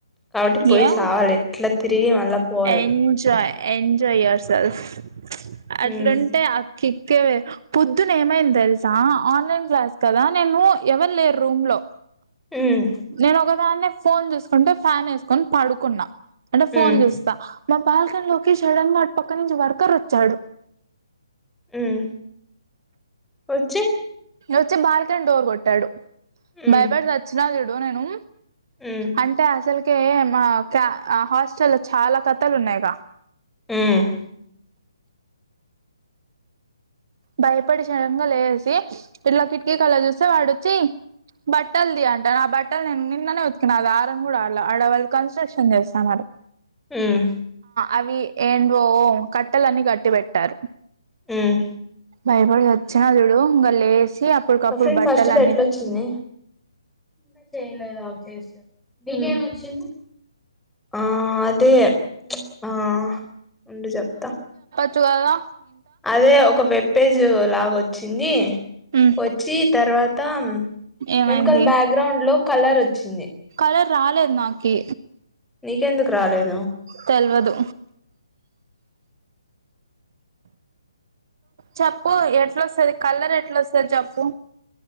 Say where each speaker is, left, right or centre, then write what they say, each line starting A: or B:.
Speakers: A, in the centre; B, on the right.
A: కాబట్టి పోయి
B: ఏం
A: సావాలె ఎట్ల తిరిగి మళ్ళ పోవాల
B: ఎంజాయ్ ఎంజాయ్ యువర్ సేల్ప్స్ ప్చ్ అట్లంటే
A: ఉమ్
B: అగు కిక్కేవేర్ పొద్దున ఏమైంది తెలుసా ఆన్లైన్ క్లాస్ కదా నేను ఎవరు లేరు రూమ్ లో
A: ఉమ్
B: నేను ఒకదాన్నే ఫోన్ చూసుకుంట ఫ్యాన్ ఏసుకొని పడుకున్నా అంటే ఫోన్
A: ఉమ్
B: చూస్తా మ బాల్కనీ లో ఒకే సాడన్ గా అటు పక్క నుంచి వర్కర్ వచ్చాడు
A: మ్మ్ వచ్చి
B: వచ్చి బాల్కనీ డోర్ గోట్టాడు
A: ఉమ్
B: బయపడి చచ్చినా చూడు ఇగో నేను
A: ఉమ్
B: అంటే అసలుక్ ఓకే మాకా హాస్టల్ చాలా కథలు ఉన్నాయిగా
A: మ్మ్ హ్
B: భయపడి సడెన్ గా లేసి ఇట్ల కిటికీకెల్లీ చూస్తే వాడొచ్చి బట్టలు తీయ్ అంటండు ఆ బట్టలు నేను నిన్ననే ఉతికినా అది ఆరను గుడ ఆరలే ఆడవాళ్ళు కన్స్ట్రక్షన్ చేస్తాన్నారు
A: మ్మ్ హ్హ్
B: అవి ఏంటివో కట్టలన్ని కట్టి పెట్టారు
A: మ్మ్
B: భయపడి వచ్చిన జుడు ఇంగ లేసి అప్పటికప్పుడు
A: ఆఫ్రిన్
B: బట్టలన్నీ
A: ఫస్ట్ ప్రైజ్ ఎట్ల వచ్చింది మీకేమి వచ్చింది ఆ అదే ప్చ్ ఆ ఉండు చెప్తా
B: వచ్చు గదా
A: అదే ఒక వెబ్ పేజీ లాగా వొచ్ వచ్చింది
B: ఉమ్
A: వచ్చి తర్వాత
B: ఏమైంది
A: వెనకల బ్యాక్గ్రౌండ్లో కలరు వచ్చింది
B: అల రాలేదు నాకి
A: నీకెందుకు రాలేదు
B: తెలువదు చెప్పు ఎట్లస్తది కలరు ఎట్ల వస్తది చెప్పు